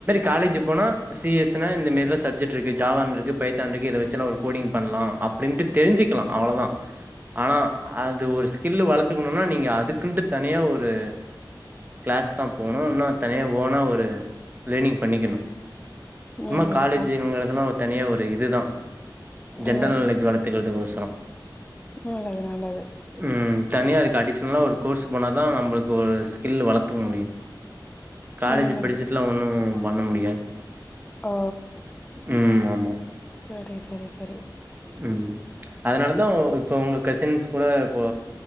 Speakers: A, on the right (about 25°); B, on the left (about 15°).
A: காலேஜு போனா சி எஸ் னா இந்தமேரிலா சப்ஜெட் இருக்கு ஜாவான்ருக்கு பைத்தான்ருக்கு இத வச்சு நா ஒ கோடிங் பண்லா அப்டின்னுட்டு தெரிஞ்சிக்லா அவ்ளதா ஆனா அது ஒரு ஸ்கில்லு வளத்துக்குணுன்னா நீங்க அதுக்குன்ட்டு தனியா ஒரு க்ளாஸ் தா போணு ன்னா தனியா ஓனா ஒரு லேனிங் பண்ணிக்கணு சும்மா
B: நல்லதுப்பா
A: காலேஜிங்கறதுலா ஒரு தனியா ஒரு இதுதா ஜென்ரல்
B: ஓ
A: நாளெஜ் வளத்துகறதுக்கோஸொ
B: நல்லது நல்லது
A: ம் தனியாருக்கு அடிஷ்னலா ஒரு கோர்ஸு போனா தா நம்பளுக்கு ஒரு ஸ்கில் வளத்துக்க முடியு
B: <inaudible>
A: காலேஜு
B: நல்லது
A: படிச்சுட்டுலா ஒண்ணும் பண்ண முடியாது
B: ஓ
A: ம் ஆமா
B: சரி சரி சரி
A: ம் அதனாலதா ஓ இப்போ உங்க கசின்ஸ் கூட இப்போ